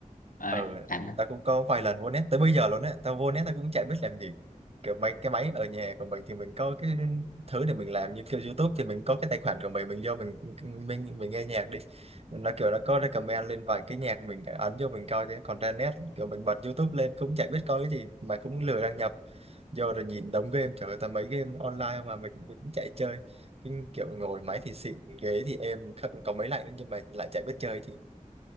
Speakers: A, on the left; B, on the right.
A: Đấy,
B: ừ
A: chán lắm.
B: tao cũng có vài lần vô net tới bây giờ luôn á tao vô net tao cũng chả biết làm gì kiểu mấy cái máy ở nhà của mình thì mình có cái thứ để mình làm như kiểu YouTube thì mình có cái tài khoản của mình mình vô mình mình mình nghe nhạc đi nó kiểu nó có recommend lên vài cái nhạc mình ấn vô mình coi chứ còn trên net kiểu mình bật YouTube lên cũng chả biết coi cái gì mà cũng lười đăng nhập vô rồi nhìn đống game trời ơi tao mấy game online mà mình, mình cũng chạy chơi cái kiểu ngồi máy thì xịn ghế thì êm có có mấy lạnh nhưng mà lại chả biết chơi thì